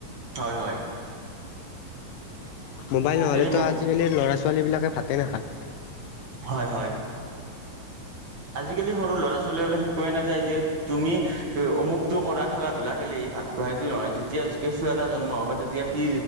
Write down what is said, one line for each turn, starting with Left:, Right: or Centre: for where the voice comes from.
Right: হয়ঁ হয়ঁ।
Left: মোবাইল নহলেতো
Right: এই
Left: আজিকালি ল'ৰা ছোৱালী বিলাকে ভাতে নাখায়।
Right: হয়ঁ হয়ঁ। আজিকালি সৰু ল'ৰা ছোৱালী বোললে শিকোৱাই নাযায় যে তুমি অমুক টো কৰা খেলা ধূলা। আযি কালি ভাত খোহাইতটো নহয় যেতিয়া কেঁচুৱা এটাই জন্ম হ'ব তেতিয়া কি